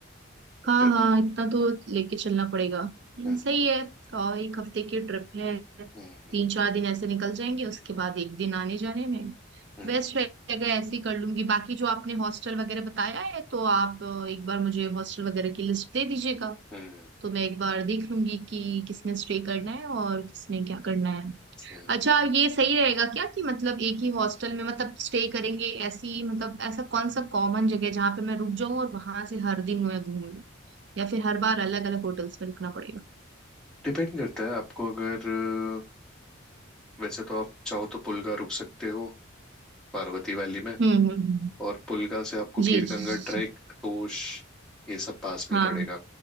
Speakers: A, in the centre; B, on the right.
A: अगर
B: हाँ हाँ इतना तो लेके चलना पड़ेगा हम्म,
A: हम्म
B: सही है और एक हफ्ते की ट्रिप है
A: हम्म हम्म
B: तीन चार दिन ऐसे निकल जाएंगे उसके बाद एक दिन आने जाने में
A: हम्म
B: बेस्ट रहेगा ऐसे ही कर लूंगी बाकी जो आपने हॉस्टल वगैरह बताया है तो आप अ, एक बार मुझे हॉस्टल वगैरह की लिस्ट दे दीजिएगा
A: हम्म
B: तो मैं एक बार देख लूंगी कि किसमें स्टे करना है और किसमें क्या करना है
A: हम्म
B: अच्छा ये सही रहेगा क्या कि मतलब एक ही हॉस्टल में मतलब स्टे करेंगे ऐसी मतलब ऐसा कौन सा कॉमन जगह है जहाँ पे मैं रुक जाऊं और वहां से हर दिन मैं घूम लूं या फिर हर बार अलग अलग होटल्स में रुकना पड़ेगा
A: डिपेंड करता है आपको अगर अ, वैसे तो आप चाहो तो पुलगा रुक सकते हो पार्वती वैली में
B: हम्म हम्म हम्म। हम्म।
A: और पुलगा से आपको
B: जी
A: खीर
B: जी
A: गंगा
B: जी
A: ट्रैक
B: जी
A: तोश ये सब पास में
B: हाँ
A: ही पड़ेगा